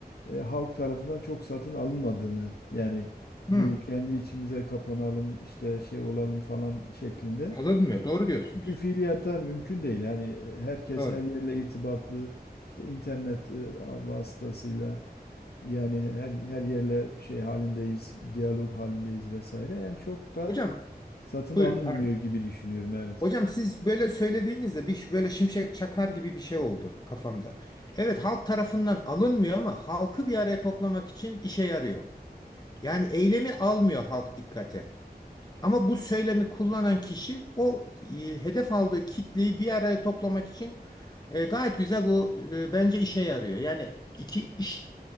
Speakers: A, on the left (about 70°); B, on the left (about 25°).
A: e, halk tarafından çok satın alınmadığını yani
B: Hı.
A: bu kendi içimize kapanalım işte şey olalım falan şeklinde.
B: Alınmıyor. Doğru diyorsunuz.
A: Çünkü fiiliyatta mümkün değil. Yani e, herkes
B: Doğru.
A: her yerle irtibatlı. İşte internet e, vasıtasıyla yani her her yerle şey halindeyiz, diyalog halindeyiz vesaire. Yani çok da
B: Hocam
A: satın
B: buyurun.
A: alınmıyor
B: Pardon.
A: gibi düşünüyorum evet.
B: Hocam siz böyle söylediğinizde bir ş- böyle şimşek çakar gibi bir şey oldu kafamda. Evet halk tarafından alınmıyor ama halkı bir araya toplamak için işe yarıyor. Yani eylemi almıyor halk dikkate. Ama bu söylemi kullanan kişi o e, hedef aldığı kitleyi bir araya toplamak için e, gayet güzel bu e, bence işe yarıyor. Yani iki iş